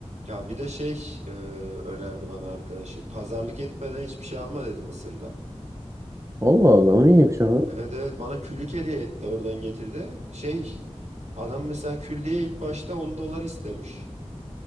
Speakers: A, on the right; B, on the right.
A: Ya bir de şey e, önerdi bana arkadaşım. Pazarlık etmeden hiçbir şey alma dedi Mısır'da.
B: Allah Allah o neymiş o?
A: Evet evet bana küllük hediye etti oradan getirdi. Şey adam mesela küllüğe ilk başta 10 dolar istemiş.